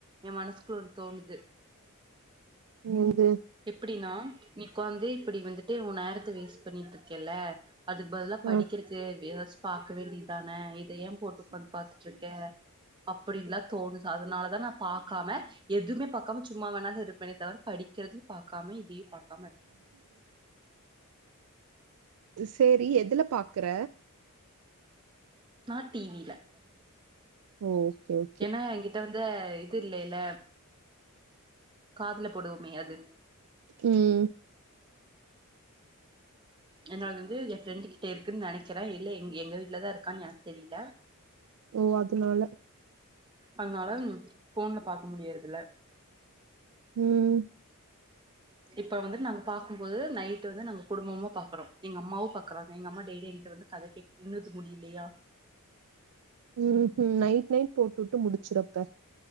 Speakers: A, on the right; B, on the right.
A: எ மனஸ்குள் தோணுது
B: இது
A: எப்படினா நீ உக்கார்ந்து இப்படி வந்துட்டு உ நேரத்த வேஸ்ட் பண்ணிட்ருக்கேல்ல அதுக் பதிலா படிக்கிறக்கு
B: ஆ
A: எதாச்சு பாக்க வேண்டிதானே இத ஏ போட்டு உக்காந் பாத்துட்ருக்கே அப்படின்லா தோணுது அதனாலதா நா பாக்காம எதும்மே பாக்காம சும்மா வேணாது இருப்பேனே தவிர படிக்கறது பாக்காம இதையு பாக்
B: சரி எதுல பாக்கற
A: நா டி வி ல
B: ஓ! ஓகே ஓகே
A: ஏனா இங்க ட்ட வந்து இது இல்லைல்ல காதுல போடுவோமே அது
B: ம்
A: என்னோடது வந்து எ ஃப்ரெண்டு கிட்ட இருக்குன் நனைக்கிறே இல்ல எங் எங்க வீட்லதா இருக்கான் எனக் தெரியில
B: எ அதனால
A: அன்னால ஃபோன்ல பாக்க முடியருதுல
B: ம்
A: இப்ப வந்து நாங்க பாக்கும்போது நைட்டு வந்து நாங்க குடும்பமா பாக்கறோ எங்க அம்மாவு பாக்கறாங்க எங்கம்மா டெய்லி எ கிற வந்து கத கேக் இன்னுது முடிலியா
B: ம் ம் நைட் நைட் போட்வுட்டு முடிச்சுரு அப்ப